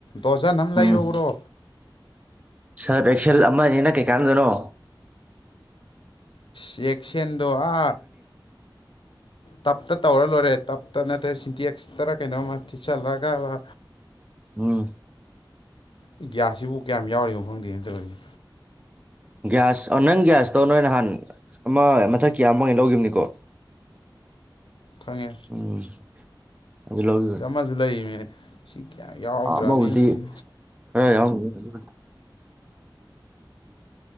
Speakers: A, on the left (about 80°); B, on the right (about 15°).
A: ꯗꯣꯖꯟ ꯑꯃ ꯂꯩꯔꯎꯔꯣ
B: ꯎꯝ ꯁꯔꯞ ꯑꯦꯛꯁꯦꯜ ꯑꯃꯅ ꯀꯩꯀꯥꯟꯗꯅꯣ
A: ꯆꯦꯛꯁꯦꯟꯗꯣ ꯑ ꯇꯞꯇ ꯇꯧꯔ ꯂꯣꯏꯔꯦ ꯇꯞꯇ ꯅꯠꯇ꯭ꯔꯦ ꯁꯤꯟꯇꯦꯛꯁ ꯇꯔ ꯀꯩꯅꯣ ꯃ ꯊꯤꯆꯠꯂꯒꯕ
B: ꯎꯝ
A: ꯒꯤꯒ꯭ꯌꯥꯁꯁꯤꯕꯨ ꯀꯌꯥꯝ ꯌꯥꯎꯔꯤꯅꯣ ꯈꯪꯗꯦꯅ ꯇꯧꯗꯤ
B: ꯒ꯭ꯌꯥꯁ ꯅꯪ ꯒ꯭ꯌꯥꯁꯇꯣ ꯅꯣꯏ ꯅꯍꯥꯟ ꯑꯃ ꯃꯊꯛ ꯀꯌꯥꯃꯥꯏꯅ ꯂꯧꯈꯤꯕꯅꯤꯀꯣ
A: ꯈꯪꯉꯦ
B: ꯎꯝ ꯑꯗꯨ ꯂꯈꯤꯕꯅꯤ
A: ꯁꯤꯗ ꯑꯃꯁꯨ ꯂꯩꯔꯤꯅꯦ ꯁꯤ ꯀꯌꯥꯝ ꯌꯥꯎꯗ꯭ꯔꯕꯅꯤ
B: ꯑꯃꯕꯨꯗꯤ ꯈꯔ ꯌꯥꯎꯒ ꯑꯗꯨ